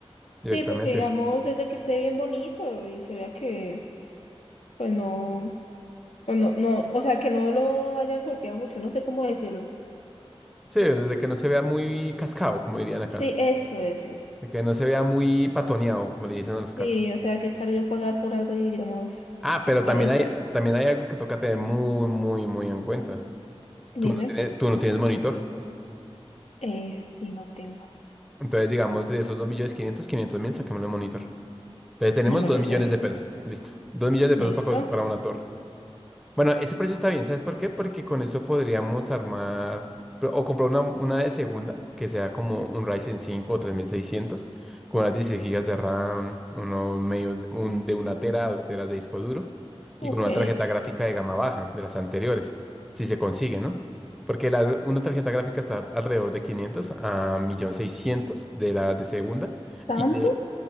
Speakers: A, in the centre; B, on the left.
A: directamente.
B: sí, porque digamos, desde que esté bien bonito y se vea que, pues no. O no, no, o sea, que no lo hayan golpeado mucho, no sé cómo decirlo.
A: Sí, desde que no se vea muy cascado, como dirían acá.
B: Sí, eso, eso, eso.
A: De que no se vea muy patoneado, como le dicen a los carros.
B: Sí, o sea, ¿qué tal yo pagar por algo y digamos,
A: Ah, pero
B: a
A: también
B: este,
A: hay, también hay algo que toca tener muy, muy, muy en cuenta.
B: dime,
A: Tú no tienes, tú no tienes monitor.
B: eh, y no tengo
A: Entonces, digamos, de esos 2 millones quinientos quinientos mil, saquemos el monitor. Entonces, tenemos
B: el maletar.
A: 2 millones de pesos. Listo. 2 millones de pesos
B: ¿Listo?
A: para, co- para una torre. Bueno, ese precio está bien, ¿sabes por qué? Porque con eso podríamos armar pro- o comprar una, una de segunda, que sea como un Ryzen cinco o 3600 con unas 16 gigas de RAM, uno medio, un, de una tera, dos teras de disco duro, y
B: Ok.
A: con una tarjeta gráfica de gama baja, de las anteriores, si se consigue, ¿no? Porque la, una tarjeta gráfica está alrededor de 500 a 1.600.000 de la de segunda,
B: ¿Tanto?
A: y de,